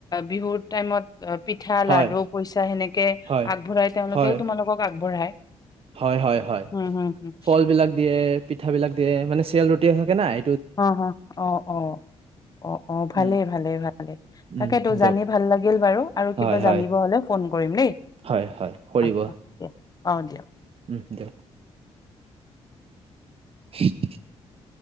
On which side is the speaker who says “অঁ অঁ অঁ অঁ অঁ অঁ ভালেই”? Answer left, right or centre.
Left